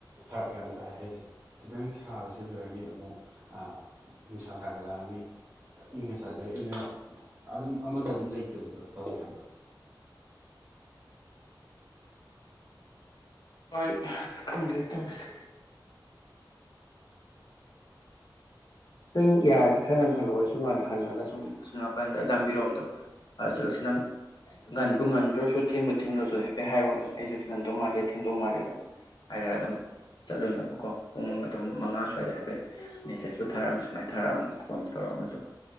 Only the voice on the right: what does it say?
ꯐꯔꯛ ꯌꯥꯝ ꯇꯥꯏ ꯍꯥꯏꯁꯦ ꯈꯤꯇꯪ ꯁꯥꯕ ꯁꯦꯠꯂꯨꯔꯅꯤ ꯑꯃꯨꯛ ꯑ ꯅꯨꯡꯁꯥ ꯁꯥꯒꯠꯂꯛꯑꯅꯤ ꯏꯪꯉ ꯆꯠꯂꯦ ꯏꯪꯉ ꯑꯗꯨꯝ ꯑꯃꯗ ꯑꯗꯨꯝ ꯂꯩꯇꯕꯗꯣ ꯇꯧꯋꯦ ꯍꯥꯏꯕ